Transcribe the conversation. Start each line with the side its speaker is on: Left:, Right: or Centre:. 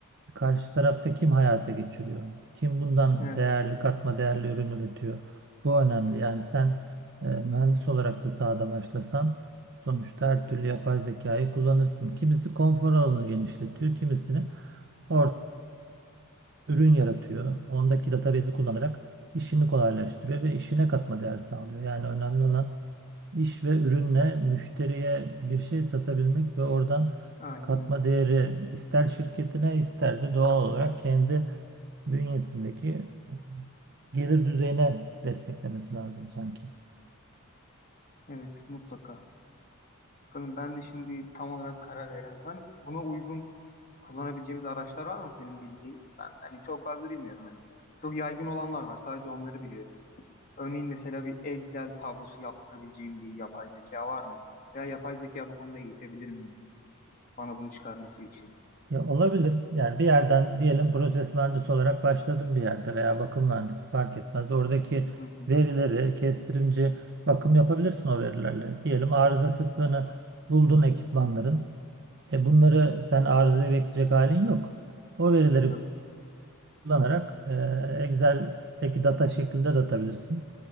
Right: karşı tarafta kim hayata geçiriyor? Kim bundan
Left: Evet,
Right: değerli katma değerli ürün üretiyor? Bu önemli. Yani sen e, mühendis olarak da sahada başlasan sonuçta her türlü yapay zekayı kullanırsın. Kimisi konfor alanını genişletiyor, kimisini orada ürün yaratıyor. Ondaki database'i kullanarak işini kolaylaştırıyor ve işine katma değer sağlıyor. Yani önemli olan İş ve ürünle müşteriye bir şey satabilmek ve oradan
Left: aynen
Right: katma
Left: öyle.
Right: değeri ister şirketine ister de doğal olarak kendi bünyesindeki e, gelir düzeyine desteklemesi lazım sanki.
Left: Evet, mutlaka. Bakalım ben de şimdi tam olarak karar veremedim. Hani buna uygun kullanabileceğimiz araçlar var mı senin bildiğin? Ben hani çok fazla bilmiyorum hani. Çok yaygın olanlar var. Sadece onları biliyorum. Örneğin mesela bir Excel tablosu yaptırabileceğim bir yapay zeka var mı? Veya yapay zeka bu konuda eğitebilir miyim? Bana bunu çıkarması için.
Right: Ya olabilir. Yani bir yerden diyelim proses mühendisi olarak başladım bir yerde veya bakım mühendisi fark etmez. Oradaki
Left: Hı hı.
Right: verileri kestirimci bakım yapabilirsin o verilerle. Diyelim arıza sıklığını buldun ekipmanların. E bunları sen arızaya bekleyecek halin yok. O verileri
Left: E tabii.
Right: kullanarak e, Excel'deki data şeklinde de atabilirsin.